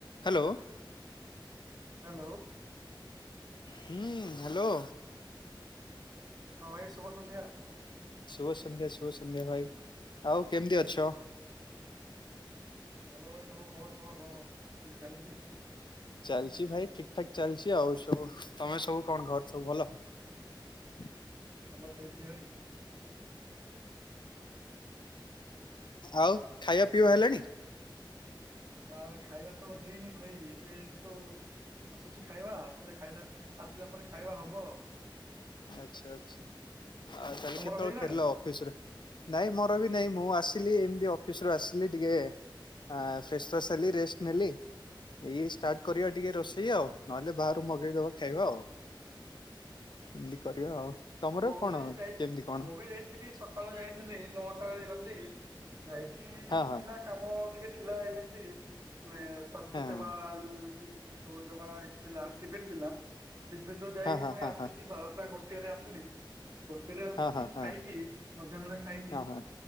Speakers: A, on the left; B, on the right.
A: Hello.
B: Hello.
A: ହୁଁ hello.
B: ହଁ ଭାଇ ଶୁଭ ସନ୍ଧ୍ୟା।
A: ଶୁଭ ସନ୍ଧ୍ୟା ଶୁଭ ସନ୍ଧ୍ୟା ଭାଇ ଆଉ କେମିତି ଅଛ?
B: ଭଲ ଭାଇ ସବୁ ଖବର କଣ କଣ କେମିତି ଚାଲିଚି?
A: ଚାଲିଚି ଭାଇ ଠିକ୍ ଠାକ୍ ଚାଲିଚି ଆଉ ସବୁ ତମେ ସବୁ କଣ ଘର ସବୁ ଭଲ? <inaudible>
B: ଭଲ ଚାଲିଛି ଭାଇ
A: ଆଉ ଖାଇବା ପିଇବା ହେଲାଣି
B: ଆଉ ଖାଇବା ତ ହେଇନି ଭାଇ ଏବେ ତ ଆସୁଛି ଖାଇବା ଆସିଲେ ଆସିଲା ପରେ ଖାଇବା ହବ ଆଉ
A: ଆଚ୍ଛା ଆଚ୍ଛା ଆଉ ତାହେଲେ
B: ତମର
A: କେତେବେଳେ
B: ହେଇଗଲାଣି
A: ଫେରିଲ ଅଫିସିରୁ ନାଇଁ ମୋର ବି ନାଇଁ ମୁଁ ଆସିଲି ଏମିତି ଅଫିସି ରୁ ଆସିଲି ଟିକେ ଅ ଫ୍ରେଶ୍ ୱ। ସ୍ ରେଷ୍ଟେ ନେଲି ଏଇ ଷ୍ଟାର୍ଟ କରିବା ଟିକେ ରୋଷେଇ ଆଉ ନହେଲେ ବାହାରୁ ମଗେଇଦବା ଖାଇବା ଆଉ ଏମତି କରିବା ଆଉ ତମର
B: ମୁଁ
A: କଣ
B: ବି ଯାଇ
A: କେମିତି କଣ
B: ମୁଁ ବି ଯାଇଥିଲି ସକାଳୁ ଯାଇଥିଲି ନଅଟା ବେଳେ ଗଲି ଯାଇକି ଇ ଇ
A: ହଁ
B: ଇ
A: ହଁ
B: ଥିଲା କାମ ଟିକେ ଥିଲା ଏମିତି ମାନେ ସ୍ଵାସ୍ଥ୍ୟ
A: ହଁ
B: ସେବା ଉଁ ଥିଲା ଶିବିରି ଥିଲା ଶିବିର ଯାଇକି
A: ହଁ ହଁ
B: ପୁଣି
A: ହଁ
B: ଆସିଲି
A: ହଁ
B: ବାରଟା ଗୋଟେରେ ଆସିଲି ହେଟେଲେରେ ଆସିକି
A: ହଁ ହଁ ହଁ
B: ଖାଇକି ମଧ୍ୟାହ୍ନରେ ଖାଇକି
A: ହଁ ହଁ